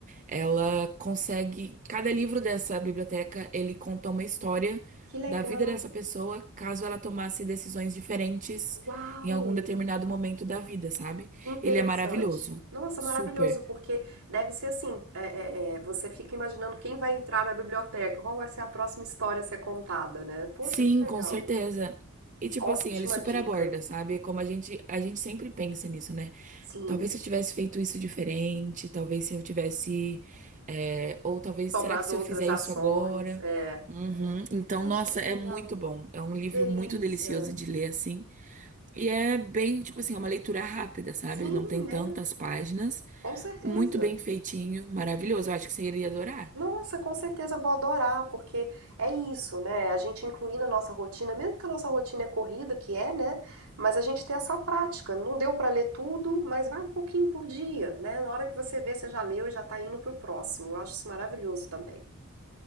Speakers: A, on the right; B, on the right.
A: Ela consegue, cada livro dessa biblioteca, ele conta uma história
B: Que legal!
A: da vida dessa pessoa, caso ela tomasse decisões diferentes
B: Uau!
A: em algum determinado momento da vida, sabe?
B: Que interessante!
A: Ele é maravilhoso.
B: Nossa,
A: Super.
B: maravilhoso, porque deve ser assim: é, é, é, você fica imaginando quem vai entrar na biblioteca, qual vai ser a próxima história a ser contada, né? Poxa,
A: Sim,
B: que legal!
A: com certeza. E tipo
B: Ótima
A: assim, ele super
B: dica.
A: aborda, sabe? Como a gente, a gente sempre pensa nisso, né?
B: Sim,
A: Talvez se eu tivesse feito isso diferente, talvez se eu tivesse. é, ou talvez,
B: tomado
A: será que se
B: outras
A: eu fizer
B: ações.
A: isso agora?
B: É,
A: Uhum.
B: é.
A: Então,
B: Poxa,
A: nossa,
B: que
A: é
B: legal!
A: muito bom. É um
B: Que
A: livro
B: delícia.
A: muito delicioso de ler, assim. E é bem, tipo assim, é uma leitura rápida, sabe?
B: Sim,
A: Ele não tem tantas
B: né?
A: páginas.
B: Com certeza.
A: Muito bem feitinho, maravilhoso. Eu acho que você iria adorar.
B: Nossa, com certeza eu vou adorar, porque é isso, né? A gente incluir na nossa rotina, mesmo que a nossa rotina é corrida, que é, né? Mas a gente tem essa prática. Não deu para ler tudo, mas vai um pouquinho por dia, né? Na hora que você vê, você já leu e já tá indo pro próximo. Eu acho isso maravilhoso também.